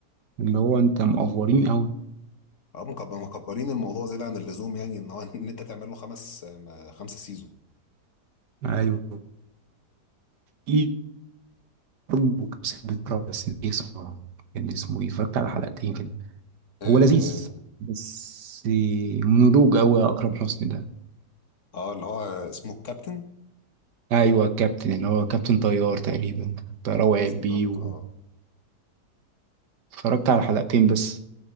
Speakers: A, on the right; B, on the left.
A: اللي هو انت مقفورين قوي
B: اه مكب- مكبرين الموضوع زيادة عن اللزوم يعني ان هو <laughs> ان انت تعمل له خمس م- خمسة سيزون
A: ايوه في برضه كان بيتكرر، بس نسيت اسمه كان اسمه ايه اتفرجت على حلقتين كده
B: اه
A: هو لذيذ بس نضوج قوي يا اكرم حسني ده
B: آه، اللي هو اسمه الكابتن
A: ايوه كابتن اللي هو كابتن طيار تقريبا طيار وقع
B: بالظبط
A: بيه و-
B: اه
A: اتفرجت على حلقتين بس